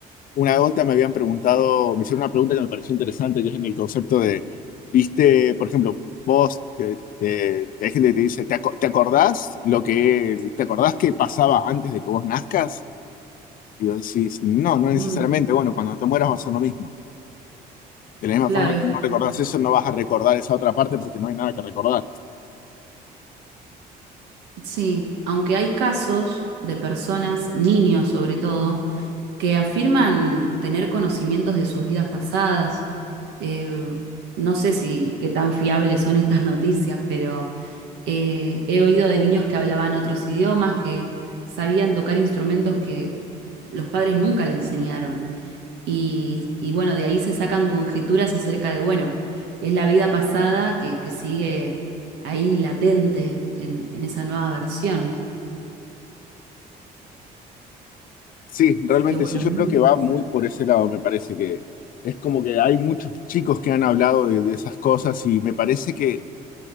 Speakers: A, on the left; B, on the right.
A: Una vuelta me habían preguntado, me hicieron una pregunta que me pareció interesante, que es en el concepto de, viste, por ejemplo, vos, te, te- hay gente que te dice, ¿te, aco- te acordás lo que, te acordás que pasaba antes de que vos nazcas? Y vos decís, no, no necesariamente.
B: Mm,
A: Bueno, cuando te mueras va a ser lo mismo. De la misma
B: claro,
A: forma
B: es...
A: que
B: como
A: no recordás
B: que-
A: eso, no vas a recordar esa otra parte porque no hay nada que recordar.
B: Sí, aunque hay casos de personas, niños sobre todo, que afirman tener conocimientos de sus vidas pasadas. Eh, no sé si qué tan fiables son estas <laughs> noticias, pero eh, he oído de niños que hablaban otros idiomas, que sabían tocar instrumentos que los padres nunca le enseñaron. Y, y bueno, de ahí se sacan conjeturas acerca de, bueno, es la vida pasada que, que sigue ahí latente en, en esa nueva versión.
A: Sí, realmente
B: Así que bueno,
A: sí, yo
B: es muy
A: creo que
B: interesante.
A: va muy por ese lado, me parece que es como que hay muchos chicos que han hablado de, de esas cosas y me parece que